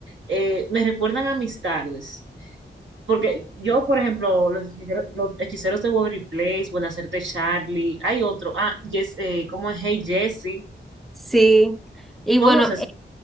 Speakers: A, on the right; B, in the centre.
A: Eh, me recuerdan a mis tardes. Porque yo, por ejemplo, los hechiceros, los hechiceros de Waverly Place, Buenacerte Charlie, hay otro, ah, yes, eh, ¿cómo es? Hey Jessie,
B: Sí, y
A: todos
B: bueno,
A: esos,